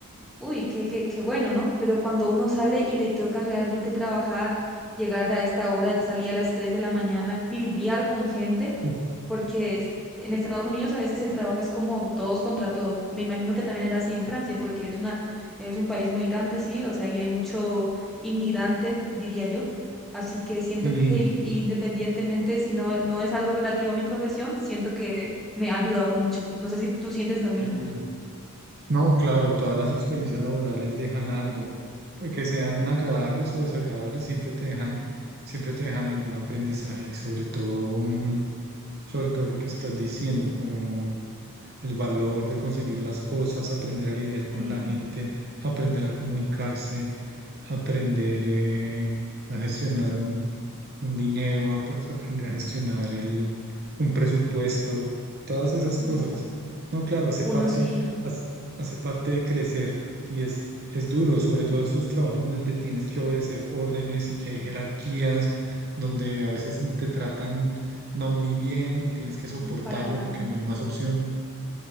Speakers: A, in the centre; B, on the right (about 45°).
A: uy, qué, qué, qué bueno, ¿no? Pero cuando uno sale y le toca realmente trabajar, llegar a esta hora, salir a las 3 de la mañana, lidiar con gente
B: Uf,
A: porque es- en Estados Unidos a veces el trabajo es como todos contra todos. Me imagino que también era así en Francia, porque es una, es un país muy grande, sí, o sea, y hay mucho inmigrante, diría yo. Así que siento
B: y,
A: que i- independientemente si no, no es algo relativo a mi profesión, siento que me ha ayudado mucho. No sé si tú sientes lo mismo.
B: mm, no, claro, todas las experiencias laborales dejan algo, pues que sean agradables o desagradables, siempre te dejan, siempre te dejan algún aprendizaje y sobre todo, mm, sobre todo lo que estás diciendo, como el valor de conseguir las cosas, aprender a lidiar con
A: Sí,
B: la gente, aprender a comunicarse, aprender eh, a gestionar un, un dinero, a- pues, aprender a gestionar el, un presupuesto, todas esas
A: exacto.
B: cosas. No, claro, hace
A: Uno
B: parte,
A: sí,
B: hace, hace parte de crecer y es, es duro, sobre todo esos trabajos donde tienes que obedecer órdenes y que hay jerarquías, donde a veces te tratan no muy bien y tienes que soportarlo
A: mm, para nada.
B: porque no hay más opción.